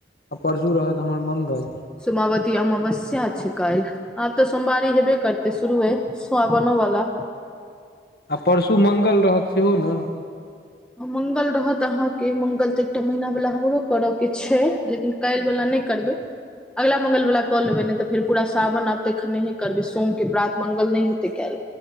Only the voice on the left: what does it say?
परसू रहत हमर मंगल
आ परसू मंगल रहत सेहो नऽ।